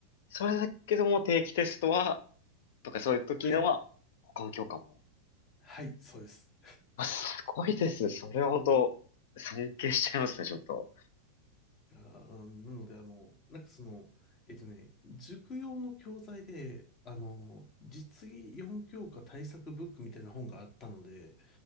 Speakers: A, on the left (about 55°); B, on the left (about 30°).
A: それだけでも定期テストは、とかそういう時のは、
B: はい。
A: 他の教科も。
B: はい、そうです。
A: あ、すごいですね。それは本当、尊敬しちゃいますね、ちょっと。
B: あーなので、あの、なんかその、えっとね、塾用の教材で、あの、実技4教科対策ブックみたいな本があったので、